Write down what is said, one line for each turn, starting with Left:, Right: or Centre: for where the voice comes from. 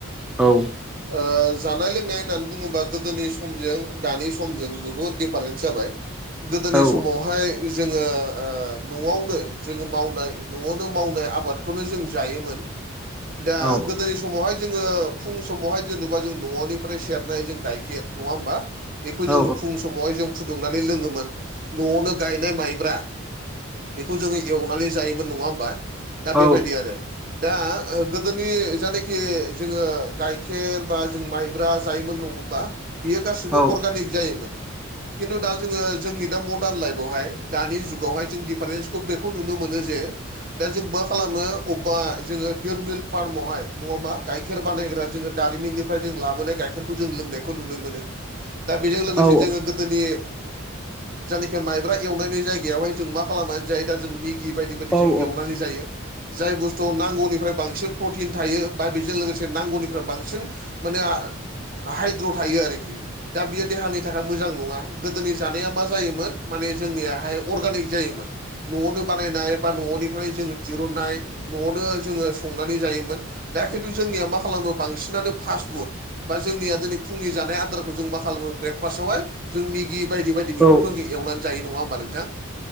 Centre: औ
Right: ओ जानाय लोंनाय होननानै बुङोबा गोदोनि समजों दानि समजों बुहुत डिफारेन्स जाबाय। गोदोनि
Centre: औ
Right: समावहाय जोङो ओ न'आवनो जोङो मावनाय न'आवनो मावनाय आबादखौनो जों जायोमोन। दा
Centre: औ
Right: गोदोनि समावहाय जोङो फुं स समावहाय जेनोबा जों नवावनिफ्राय सेरनाय जों गायखेर नङा होमबा बेखौ जों
Centre: औ
Right: फुं स समावहाय जों फुदुंनानै लोङोमोन न'आवनो गायनाय माइब्रा बेखौ जोङो एवनानै जायोमोन नङा होमबा। दा बेबायदि
Centre: औ
Right: आरो दा गोदोनि जायानाखि जोङो गाइखेर बा जों माइब्रा जायोमोन नङामबा बियो गासिबो
Centre: औ
Right: अर्गानिक जायोमोन। खिन्थु दा जोङो जोंनि दा मदार्न लाइफआवहाय दानि जुगावहाय जों दिफारेन्स बेखौ नुनो मोनो जे दा जों मा खालामो अबेबा जोङो देर मिल्क फार्मावहाय नङाबा गाइखेर बानायग्रा जोङो दारिमिननि फ्राय लाबोनाय गाइखेरखौ जों लोंनायखौ नुनो मोनो दा बेजों लोगोसे
Centre: औ
Right: जोङो गोदोनि जायनाखि माइब्रा एवनायनि जायगायावहाय जों मा खालामनानै जायो दा जों मेगि बायदि-बायदि
Centre: औ
Right: जों
Centre: औ
Right: एव बादि जायो जाय बुस्तुआव नांगौनिफ्राय बांसिन प्रतिन थायो बा बेजों लोगोसे नांगौनि फोरा बांसिन माने हाइद्र' थायो आरोखि। दा बियो देहानि थाखाय मोजां नङा गोदोनि जानाया मा जायोमोन माने जोंनियाहाय अर्गानिक जायोमोन। न'आवनो बानायनाय बा न'वावनिफ्राय जोङो दिरुननाय न'आवनो जोङो संनानै जायोमोन। दा खिन्थु जोंनिया मा खालामो बांसिनानो फास्ट फुड बा जोंनिया दिनै फुंनि जानाय आदारखौ जों मा खालामो ब्रेकफास्टावहाय जों मेगि बायदि-बायदि
Centre: औ
Right: बेफोरखौ जों एवनानै जायो नङा होमबा नोंथां